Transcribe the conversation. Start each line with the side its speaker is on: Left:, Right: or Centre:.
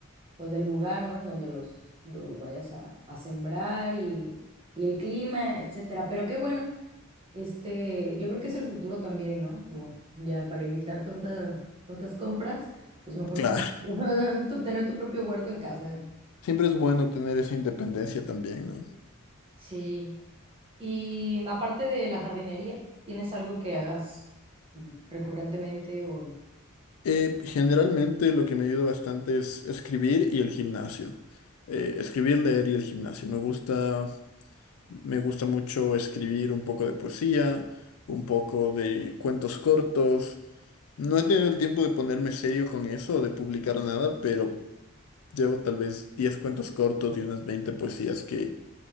Right: pues del lugar, ¿no? En donde los, los vayas a, a sembrar y, y el clima, etcétera. Pero qué bueno. Este, yo creo que es el futuro también, ¿no? Como ya para evitar tanta, tantas compras, pues mejor
Left: Claro.
Right: ten- <laughs> tu- tener tu propio huerto en casa.
Left: Siempre es bueno tener esa independencia también, ¿no?
Right: Sí. Y aparte de la jardinería, ¿tienes algo que hagas mm, recurrentemente o...?
Left: Eh, generalmente lo que me ayuda bastante es escribir y el gimnasio. Eh, escribir, leer y el gimnasio. Me gusta, me gusta mucho escribir un poco de poesía, un poco de cuentos cortos. No he tenido el tiempo de ponerme serio con eso de publicar nada, pero llevo tal vez 10 cuentos cortos y unas 20 poesías que